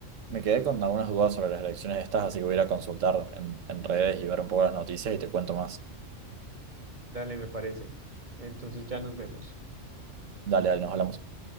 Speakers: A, on the right; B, on the right.
A: me quedé con algunas dudas sobre las elecciones estas, así que voy a ir a consultar en, en redes y ver un poco las noticias y te cuento más.
B: Dale, me parece. Entonces ya nos vemos.
A: Dale, dale, nos hablamos.